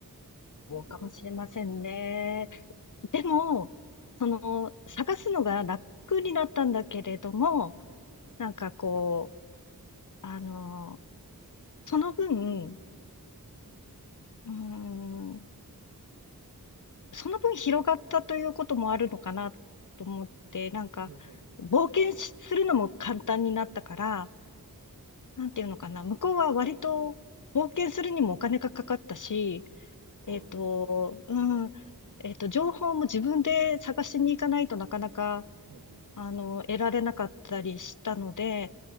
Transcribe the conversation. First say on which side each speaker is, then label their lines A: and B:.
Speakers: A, on the left; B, on the right.
A: そうかもしれませんね。
B: 見てて思いますね。うん。
A: でも、その、探すのが楽になったんだけれども、
B: うん。
A: なんかこう、あの、その分、うーん、その分広がったということもあるのかなと思って、なんか、
B: うん、うん、うん。
A: 冒険しするのも簡単になったから、なんていうのかな、
B: 確かに。
A: 向こうは割と冒険するにもお金がかかったし、
B: そうですね。
A: えっと、うん、えっと、情報も自分で探しに行かないとなかなか、
B: うん、うん。
A: あの、得られなかったりしたので、